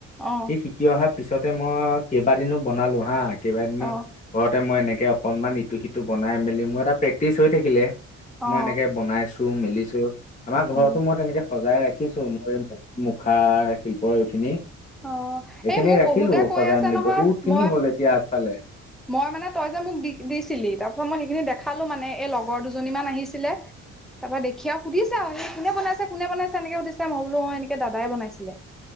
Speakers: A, in the centre; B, on the left (about 25°).
A: অ
B: ই শিকি অহাৰ পিছতে মই কেইবাদিনো বনালো হা, কেইবাদিনো
A: অ
B: ঘৰতে মই এনেকে অকনমান ইটো-সিটো বনাই মেলি, মোৰ এটা প্ৰেক্টিছ হৈ থাকিলে।
A: অ
B: মই এনেকে বনাইছো, মেলিছো। আমাৰ ঘৰতো
A: উম
B: মই তেনেকে সজাই ৰা কি ছো <unintelligible> মই মুখা শিল্পৰ এইখিনি।
A: অ
B: এইখিনিয়ে
A: এই মোক
B: ৰাখিলো
A: বহুতে কৈ
B: সজাই
A: আছে
B: মেলি
A: নহয়
B: বহুত খিনি
A: মই
B: হ'ল এতিয়া আগফালে।
A: মই মানে তই যে মোক দি-দিছিলি তাৰপাছত মই সেইখিনি দেখালো মানে এই লগৰ দুজনী মান আহিছিলে। তাৰ পৰা দেখি আৰু সুধিছে আৰু সি কোনে বাইছেনে, কোনে বনাইছে এনেকে সুধিছে মই বোলো অ' এনেকে দাদাই বনাইছিলে।